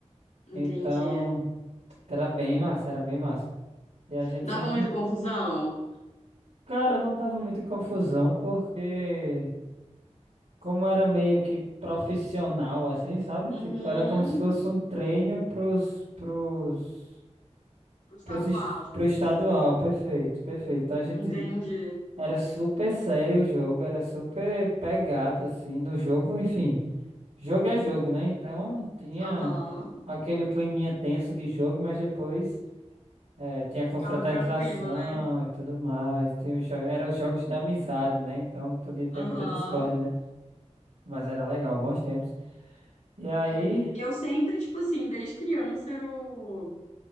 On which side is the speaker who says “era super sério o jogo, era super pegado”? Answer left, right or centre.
Right